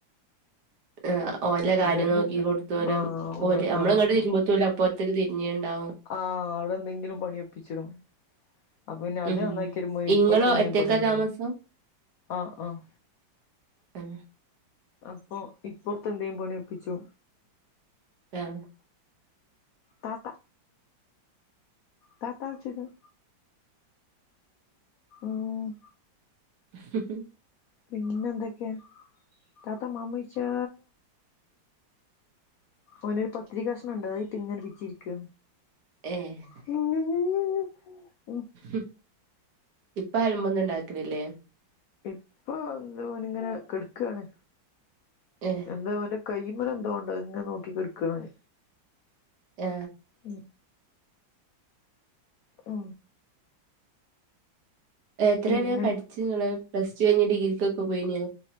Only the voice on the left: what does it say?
ഇവര്
ആഹ്
ആഹ്
ആഹ് അവിടെന്തെങ്കിലും പണിയൊപ്പിച്ചിടും അപ്പൊ പിന്നത്
നന്നാക്കി വരുമ്പയേ
ഇപ്പറത്തെന്തേ
പണിയ്ണ്ടാവും
ആഹ് ആഹ്
അപ്പൊ ഇപ്പറത്തെന്തേം പണിയൊപ്പിച്ചു
താത്ത താത്ത വിളിച്ചോക്ക് ഉം
പിന്നെന്തൊക്കെയാ താത്ത മമ്മുവെയിച്ചൂ ഓനൊരു പത്തിരികഷ്ണണ്ട് അതയ്റ്റ് ങ്ങനെ പിച്ചിയിരിക്ക
<unintelligible>
ഇപ്പൊ ഓന്ങ്ങനെ കെടുക്കാണ്
എന്താ <unintelligible> കൈമല്ന്തോണ്ട് അത്ങ്ങെനെ നോക്കിക്കെട്ക്കാണ്
ഉം ഓ
പിന്നെ